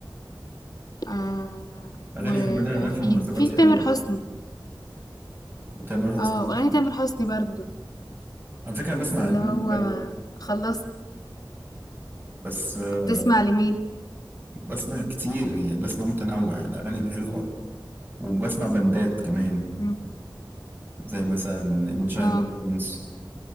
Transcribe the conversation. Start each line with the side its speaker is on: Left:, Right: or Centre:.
Left: آه
Right: اغاني
Left: وفي
Right: حماده انا في المناسبات
Left: في
Right: حلوه
Left: تامر حسني
Right: وتامر حسني
Left: اه أغنية تامر حسني برضو
Right: على فكره انا بسمع
Left: اللي
Right: اجنبي
Left: هو
Right: برضه
Left: خلصت
Right: بس آه،
Left: بتسمع لمين
Right: بسمع كتير يعني بسمع متنوع الاغاني الحلوه وبسمع بندات كمان
Left: مم.
Right: زي مثلا ميتشاين
Left: اه
Right: دراجونز